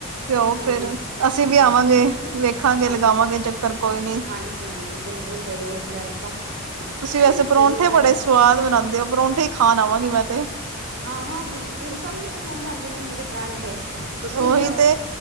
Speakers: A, on the right; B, on the right.
A: ਪਿਓ
B: ਹੂੰ
A: ਫਿਰ ਅਸੀਂ ਵੀ
B: ਆ
A: ਆਵਾਂਗੇ
B: ਜਾਓ
A: ਵੇਖਾਂਗੇ
B: ਹਾਂਜੀ
A: ਲਗਾਵਾਂਗੇ ਚੱਕਰ ਕੋਈ ਨੀ।
B: ਹਾਂਜੀ ਹਾਂਜੀ ਬਿਲਕੁਲ ਜ਼ਰੂਰ ਵੈਲਕਮ <unintelligible>
A: ਤੁਸੀ ਵੈਸੇ ਪਰੋਠੇ
B: ਜ਼ਰੂਰ ਆਨਾ
A: ਬੜੇ ਸਵਾਦ ਬਣਾਉਂਦੇ ਪਰੋਠੇ ਹੀ ਖਾਣ ਆਵਾਂਗੇ ਮੈਂ ਤੇ
B: ਹਾਂ ਹਾਂ ਬਿਲਕੁਲ ਸਭ ਨੂੰ ਪਸੰਦ ਆਉਂਦੇ ਨੇ ਮੇਰੇ ਪਰਾਂਠੇ ਤੁਸੀਂ
A: ਓਹੀ
B: ਵੀ ਆਓ
A: ਤੇ